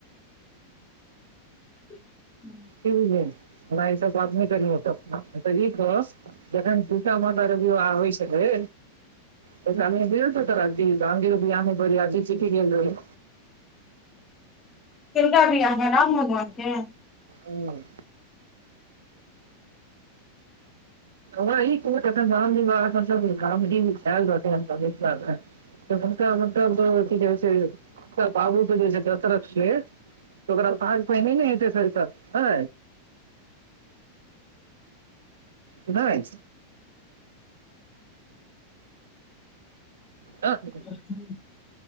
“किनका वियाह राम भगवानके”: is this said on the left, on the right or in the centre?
Left